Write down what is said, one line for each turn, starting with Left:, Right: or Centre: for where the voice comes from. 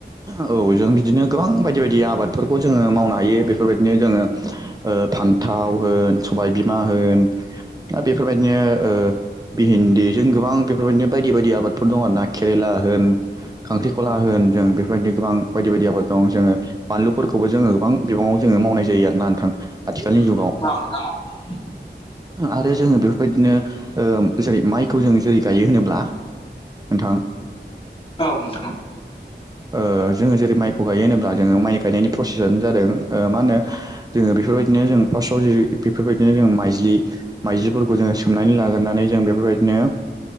Right: औ जों बिदिनो गोबां बायदि-बायदि आबादफोरखौ जोङो मावनो हायो बेफोर बेफोरबायदिनो जोङो फान्थाव होन सबायबिमा होन आरो बेफोरबायदिनो ओ भेहेन्दि जों गोबां बेफोरबायदिनो बायदि-बायदि आबादफोर दं आरो ना केेरेला होन खांख्रिखला होन जों बेफोरबायदि गोबां बायदि-बायदि आबाद दं जोङो बानलुफोरखौ खौबो जो गोबां बिबाङाव जोङो मावनाय जायो आरो ना नोंथां आथिखालनि जुगाव
Left: <unintelligible>
Right: आरो जोङो बेफोरबायदिनो ओ जेरै माइखौ जों जेरै गायो होनोब्ला नोंथां
Left: औ औ नोंथां औ नोंथां
Right: ओ जोङो जेरै माइखौ खौ गायो होनोब्ला जोङो माइ गायनायनि प्रसेसानो जादों मा होनो जोङो बेफोरबायदिनो जों फार्स्टआव जि बेफोरबायदिनो जों माइजलि माइजलिफोरखौ जोङो सोमनानै लाग्रानै जों बेफोरबायदिनो